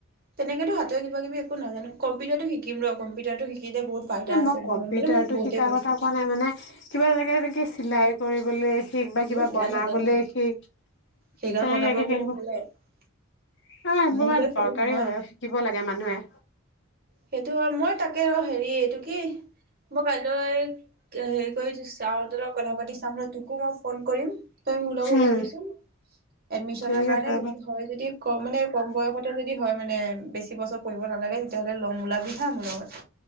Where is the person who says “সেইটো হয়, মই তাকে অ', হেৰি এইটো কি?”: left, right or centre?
Right